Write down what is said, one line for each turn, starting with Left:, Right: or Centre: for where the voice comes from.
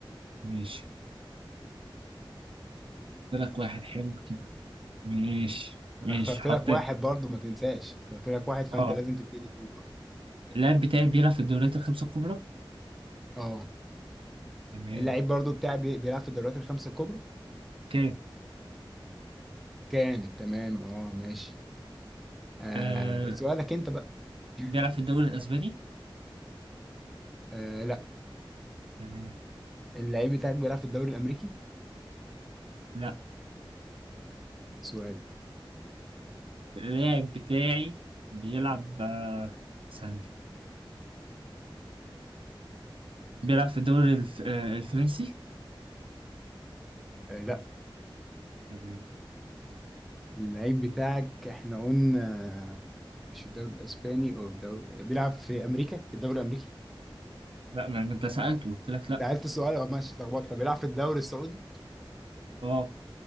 Right: ماشي قلت لك واحد حلو كده ماشي
Centre: انا
Right: ماشي
Centre: اخترت
Right: حطيت
Centre: لك واحد برضه ما تنساش اخترت لك واحد فانت
Right: اه
Centre: لازم تبتدي فيه برضه
Right: اللاعب بتاعي بيلعب في الدوريات الخمسة الكبرى
Centre: اه
Right: تمام
Centre: اللعيب برضه بتاعي بي- بيلعب في الدوريات الخمسة الكبرى
Right: اوكي
Centre: كان تمام اه ماشي آه
Right: آه
Centre: سؤالك انت بقى <coughs>
Right: بيلعب في الدوري الاسباني
Centre: آه لا
Right: تمام
Centre: اللعيب بتاعك بيلعب في الدوري الامريكي
Right: لا
Centre: سؤالك
Right: اللاعب بتاعي بيلعب آه ثانية بيلعب في الدوري الف... آه الفرنسي
Centre: آه لا
Right: تمام
Centre: اللعيب بتاعك احنا قلنا مش الدوري الاسباني او الدوري بيلعب في امريكا في الدوري الامريكي
Right: لا ما ما انت سألته قلت لك لا
Centre: سألت السؤال اه ماشي اتلخبطت طب بيلعب في الدوري السعودي
Right: اه